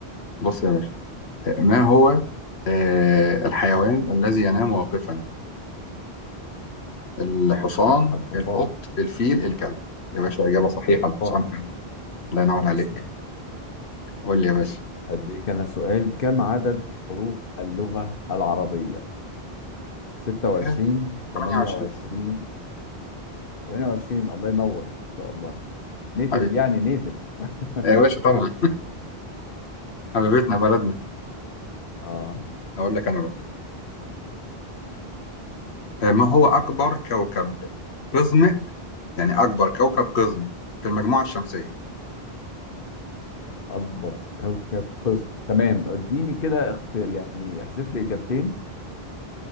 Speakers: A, on the left; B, on the left.
A: بص يا باشا ما هو آه الحيوان الذي ينام واقفا الحصان
B: الحصان
A: القط الفيل الكلب يا باشا اجابه صحيحه
B: الحصان
A: الحصان فعلا الله ينور عليك
B: تسلم
A: قول لي يا باشا
B: أديك أنا سؤال كم عدد حروف اللغة العربية 26
A: آه،
B: 28
A: 28
B: 28 الله ينور إن شاء الله نيتف
A: حبيبي
B: يعني نيتف <laughs>
A: يا باشا طبعا حبيبتنا بلدنا
B: آه
A: هقول لك انا بقى آه ما هو اكبر كوكب قزم يعني اكبر كوكب قزم في المجموعه الشمسيه
B: أكبر كوكب قزم تمام اديني كده اخت... يعني احذف لي إجابتين